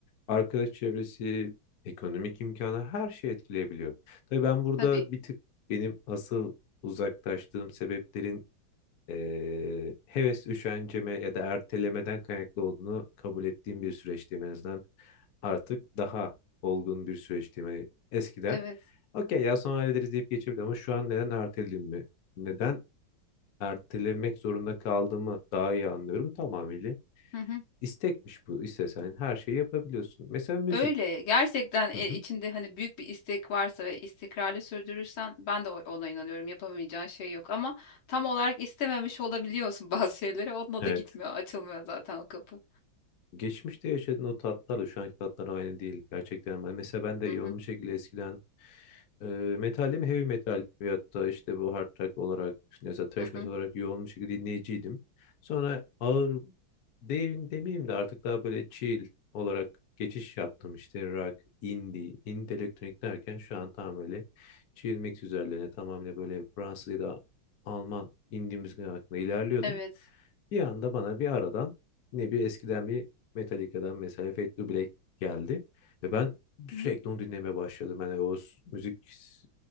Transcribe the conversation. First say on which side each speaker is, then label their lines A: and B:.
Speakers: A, on the left; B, on the left.
A: arkadaş çevresi, ekonomik imkanı her şey etkileyebiliyor. Tabii ben burada
B: Tabii.
A: bir tık benim asıl uzaklaştığım sebeplerin eee, heves üşenceme ya da ertelemeden kaynaklı olduğunu kabul ettiğim bir süreçteyim en azından. Artık daha olgun bir süreçteyim. Hani eskiden
B: Evet.
A: okey ya sonra hallederiz deyip geçebilirdim ama şu an neden ertelediğimi, neden ertelemek zorunda kaldığımı daha iyi anlıyorum tamamıyla.
B: Hı hı.
A: istekmiş bu. İstesen her şeyi yapabiliyorsun. Mesela müzik.
B: Öyle. Gerçekten e,
A: Hı hı.
B: içinde hani büyük bir istek varsa ve istikrarlı sürdürürsen ben de o- ona inanıyorum. Yapamayacağın şey yok ama tam olarak istememiş olabiliyorsun <laughs> bazı şeyleri. Onunla
A: Evet.
B: da gitmiyor, açılmıyor zaten o kapı.
A: Geçmişte yaşadığın o tatlarla şu anki tatlar aynı değil gerçekten. Ben, mesela ben de
B: Hı
A: yoğun
B: hı.
A: bir şekilde eskiden e, metalim heavy metal veyahut da işte bu hard rock olarak işte mesela thrash
B: Hı hı.
A: metal olarak yoğun bir şekilde dinleyiciydim. Sonra ağır değil demeyeyim de artık daha böyle chill olarak geçiş yaptım işte rock, indie, indie elektronik derken şu an tam böyle chill mix üzerlerine tamamıyla böyle Fransız ya da Alman indie müzik hakkında ilerliyordum.
B: Evet.
A: Bir anda bana bir aradan ne bir eskiden bir Metallica'dan mesela Fade to Black geldi. Ve ben
B: Hı.
A: sürekli onu dinlemeye başladım. Yani o s- müzik s-